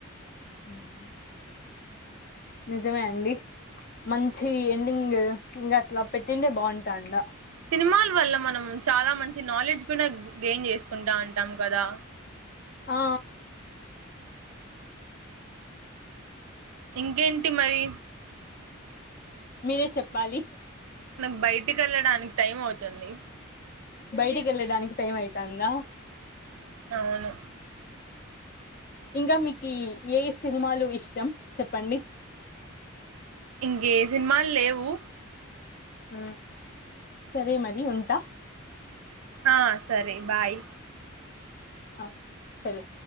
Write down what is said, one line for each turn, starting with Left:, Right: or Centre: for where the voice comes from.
Left: మ్మ్ నిజమే అండి మంచి ఎండింగ్ ఇంగ అట్లా పెట్టింటే బాగుంటాండా
Right: సినిమాల వల్ల మనం చాలా మంచి నాలెడ్జ్ కూడా గెయిన్ చేసుకుంటా ఉంటాం కదా
Left: ఆ
Right: ఇంకేంటి మరి
Left: మీరే చెప్పాలి
Right: నాకు బయటికి వెళ్ళడానికి టైం అవుతుంది
Left: బయటికి వెళ్ళదానికి టైం అయితాందా
Right: అవును
Left: ఇంకా మీకు ఏ సినిమాలు ఇష్టం చెప్పండి
Right: ఇంకే సినిమాలు లేవు
Left: హ సరే మరి ఉంటా
Right: ఆ సరే బాయ్
Left: ఆ సరే